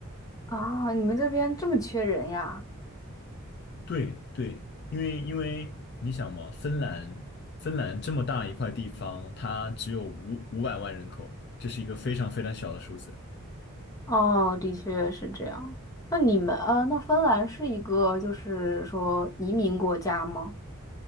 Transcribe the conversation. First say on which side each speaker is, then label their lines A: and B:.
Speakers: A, on the left; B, on the left.
A: 啊，你们这边这么缺人呀？
B: 对对，因为因为你想嘛，芬兰芬兰这么大一块地方，它只有五五百万人口，这是一个非常非常小的数字。
A: 哦，的确是这样。那你们呃，那芬兰是一个就是说移民国家吗？